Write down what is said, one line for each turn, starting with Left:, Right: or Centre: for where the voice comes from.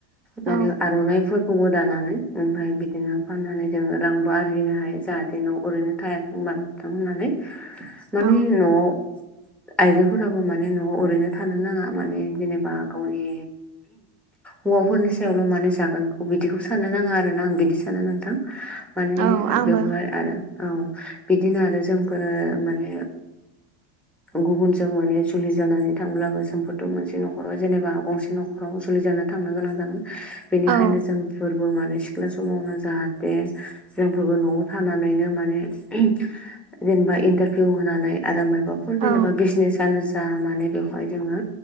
Centre: माने
Right: औ
Centre: आर'नाइफोरखौबो दानानै। ओमफाय बिदिनो फाननानै जोङो रांबो आरजिनो हायो जाहाथे न' ओरैनो थायाथों मानोथों होननानै। माने
Right: औ
Centre: न'आव आइजोफोराबो माने न'आव ओरैनो थानो नाङा माने जेनेबा गावनि हौवाफोरनि सायावल' माने जागोनखौ बिदिखौ सानोनो नाङा आरो ना आं बिदि सानो नोंथां। माने
Right: औ आंबो
Centre: बेवहाय आरो औ बिदिनो आरो जोंफोरो माने गुबुनजों माने जुलि जानानै थांब्लाबो समोमफथ' मोनसे न'खराव जेनेबा गंसे न'खराव जुलि जानो थांनो गोनां जागोन बेनिखायनो
Right: औ
Centre: जों फोरबो माने सिख्ला समावनो जाहाथे जोंफोरबो न'आव थानानैनो माने जेनेबा इन्टारभिउ होनानै आरो माबाफोर जेनेबा
Right: औ
Centre: बिजनेसनो जा माने बेवहाय जोङो